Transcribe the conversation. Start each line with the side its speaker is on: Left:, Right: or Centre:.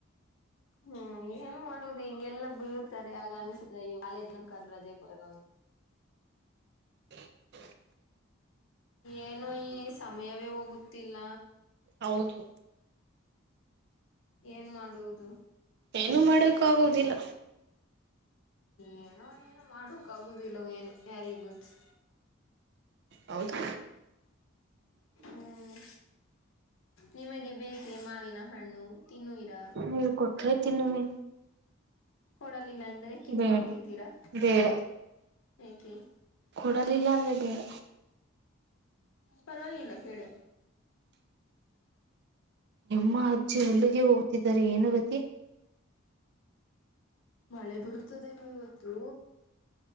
Left: ಹ್ಮ್ ಏನು ಮಾಡುವುದು ಹಿಂಗೆಲ್ಲ ಬ. ಸ ಆಗ ಅನಿಸುದ ಕಾಲೇಜ್ನ ಕಾದ ರಜೆ ಕೊಡದು.
Right: <inaudible>
Left: ಏನು ಈ ಸಮಯವೇ ಹೋಗುತ್ತಿಲ್ಲ.
Right: ಹೌದು
Left: ಏನ್ ಮಾಡುವುದು.
Right: ಏನು ಮಾಡಕ್ಕ ಆಗುದಿಲ್ಲ
Left: ಏನೋ ಏನೋ ಮಾಡಕ್ ಆಗುದಿಲ್ಲವೊ ಯಾರಿಗೆ ಗೊತ್ತು
Right: ಹೌದು.
Left: ಹ್ಮ್ ನಿಮಗೆ ಬೇಕೆ ಮಾವಿನ ಹಣ್ಣು ತಿನ್ನುವಿರ
Right: ನೀವು ಕೊಟ್ರೆ ತಿನ್ನುವೆ
Left: ಕೊಡಲಿಲ್ಲ ಅಂದ್ರೆ ಕಿತ್ಕೊಂಡ್
Right: ಬೇಡ
Left: ತಿಂತೀರಾ.
Right: ಬೇಡ
Left: ಏಕೆ
Right: ಕೊಡಲಿಲ್ಲ ಅಂದ್ರ ಬೇಡಾ.
Left: ಪರವಾಗಿಲ್ಲ ಕೇಳೆ.
Right: ಎಮ್ಮ ಅಜ್ಜಿ ಹುಲ್ಲಗೆ ಹೋಗು ತಿದ್ದರೆ ಏನು ಗತಿ.
Left: ಮಳೆ ಬರುತ್ತದೇನು ಇವತ್ತು.